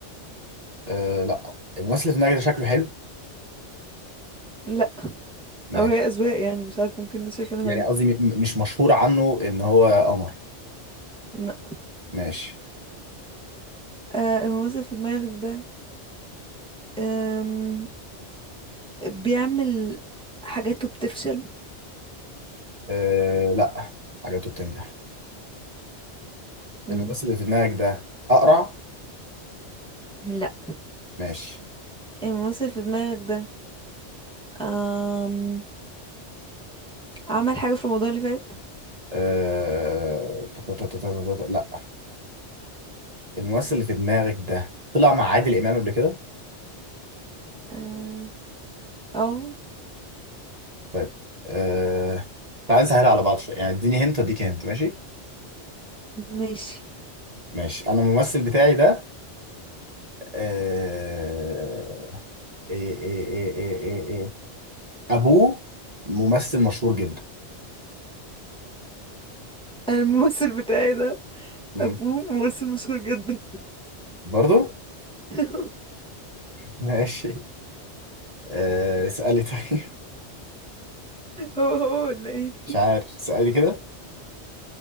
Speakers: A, on the right; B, in the centre.
A: أه لا الممثل اللي في دماغي ده شكله حلو
B: لا
A: ماشي
B: أو هي أذواق يعني مش عارفة ممكن ده شايفينه
A: يعني
B: حلو
A: قصدي م- م- مش مشهور عنه ان هو قمر
B: لا
A: ماشي
B: آه الممثل اللي في دماغك ده آم بيعمل حاجاته بتفشل
A: أه لا حاجاته بتنجح
B: مم.
A: الممثل اللي في دماغك ده اقرع
B: لا
A: ماشي
B: الممثل اللي في دماغك ده آم عمل حاجة في رمضان اللي فات
A: أه... تا- تا- تا- تا- تا- تا- لا الممثل اللي في دماغك ده طلع مع عادل امام قبل كده
B: آه، او
A: طيب أه... تعال نسهلها على بعض شويه يعني اديني هنت اديك هنت ماشي
B: ماشي
A: ماشي انا الممثل بتاعي ده أه... ايه ايه ايه ايه ايه إيه. ابوه ممثل مشهور جدا
B: الممثل بتاعي ده
A: مم.
B: ابوه ممثل مشهور جدا
A: برضو
B: <laughs>
A: ماشي آه، اسألي طيب <laughs>
B: هو هو ولا ايه
A: مش عارف اسألي كده